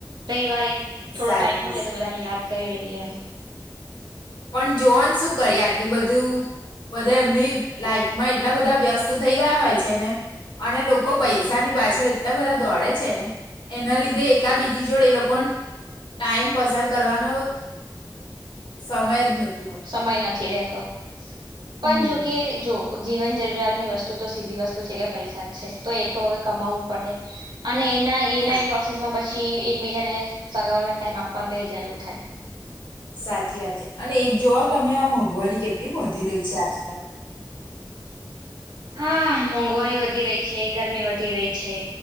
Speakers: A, on the right; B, on the left.
A: રવિવારે થોડો
B: સાચી
A: ટાઈમ મલે
B: વાત
A: તો બધાને યાદ કરી લઈએ એમ
B: પણ જોવાન શું કરીએ આટલી બધું બધા એમની લાઈફમાં એટલા બધા વ્યસ્ત થઈ ગયા હોય છે ને અને લોકો પૈસાની પાછળ એટલા બધા દોડે છે ને એના લીધે એકા બીજી જોડે એ લોકોને ટાઈમ પસાર કરવાનો સમય જ ન
A: સમય નથી રહેતો
B: હમ
A: પણ જોકે જો જીવન જરૂરિયાતની વસ્તુ તો સીધી વસ્તુ છે કે પૈસા જ છે તો એ તો હવે કમાવુ પડે અને એના એના
B: સા
A: પ્રોસેસમાં પછી એકબીજાને સગાવવાને ટાઈમ આપવા રહી જાય એવું થાય.
B: સાચી વાત છે અને એજ જોવાનું તમે આ મોંઘવારી કેટલી વધી રહી છે આજકાલ
A: હા મોંઘવારી વધી રહી છે ગરમી વધી રહી છે